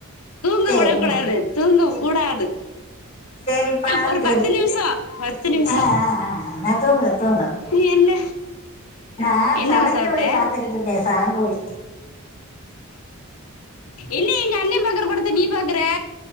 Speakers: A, on the left; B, on the left.
A: தூங்க
B: சரி
A: உடக் கூடாது தூங்க கூடாது
B: சரிப்பா
A: ஒரு
B: சரி
A: பத்து நிம்ஷோ பத்து நிம்ஷ
B: ஆ ஆ ஆ நான் தூங்குறேன் தூங்கு
A: இது என்ன
B: நான்
A: என்ன
B: சலங்கோலி
A: மா சாப்ட
B: பாத்துக்கிட்டு இருக்கேன் சலங்கோலி
A: என்ன எங்க அண்ணன் பாக்குற படத்த நீ பாக்குற